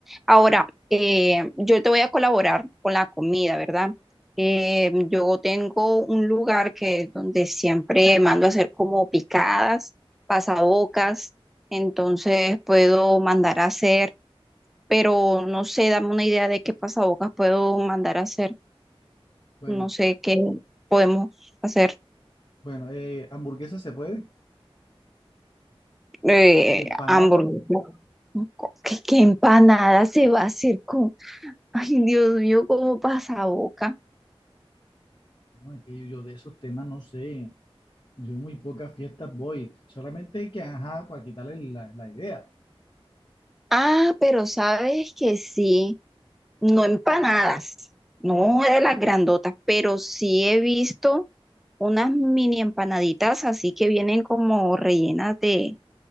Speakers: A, in the centre; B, on the left.
A: Ahora, eh, yo te voy a colaborar con la comida, ¿verdad? Eh, yo tengo un lugar que donde siempre mando a hacer como picadas, pasabocas, entonces puedo mandar a hacer, pero no sé, dame una idea de qué pasabocas puedo mandar a hacer,
B: Bueno,
A: no sé qué podemos hacer,
B: bueno, eh, hamburguesas se puede,
A: eh,
B: empanadas,
A: hamburguesas, ¿qué, qué empanada se va a hacer con, ay Dios mío, como pasaboca?
B: no, es que yo de esos temas no sé, yo muy pocas fiestas voy, solamente que, ajá, para quitarle la, la idea.
A: Ah, pero sabes que sí, no empanadas, no de las grandotas, pero sí he visto unas mini empanaditas así que vienen como rellenas de,